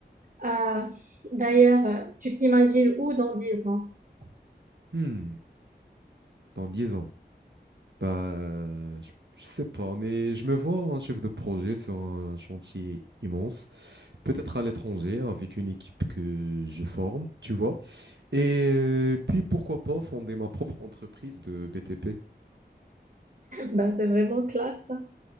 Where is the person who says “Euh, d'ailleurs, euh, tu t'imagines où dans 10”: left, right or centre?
Right